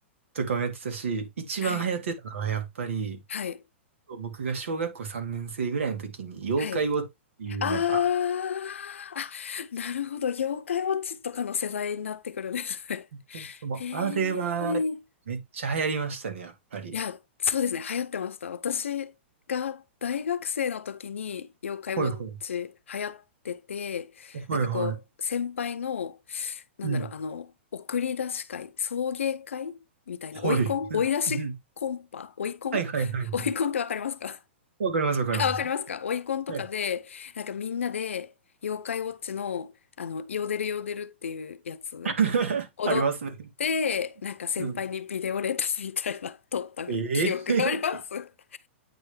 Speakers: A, on the right (about 85°); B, on the left (about 85°).
A: とかもやってたし、一番流行ってたのはやっぱり、
B: はい。はい。
A: 僕が小学校3年生ぐらいの時に妖怪ウォッチっていうのが、
B: はい。あーあ、なるほど。妖怪ウォッチとかの世代になってくるんですね。
A: そうそう、もうあれは、
B: <laughs> へえ。い
A: めっちゃ流行りましたね、やっぱり。
B: や、そうですね。流行ってました。私が大学生の時に妖怪ウォッチ流行ってて、
A: ほいほい。ほいほい。
B: なんかこう、先輩の、なんだろう、
A: うん。
B: あの、送り出し会、送迎会みたいな、
A: ほい。
B: 追いコン追い出しコンパ追いコン
A: うんうんはいはいはいはい。
B: <laughs> 追いコンってわかりますか
A: わかります、
B: <laughs>
A: わかります。
B: あ、わかりますかオイコンとかで、
A: はい。
B: なんかみんなで、妖怪ウォッチの、あの、ヨーデルヨーデルっていうやつ、
A: <laughs>
B: 踊って、
A: ありますね。
B: なんか先輩にビデオレタスみたいな、
A: うん。
B: 撮った記憶があります。
A: ええ
B: <laughs>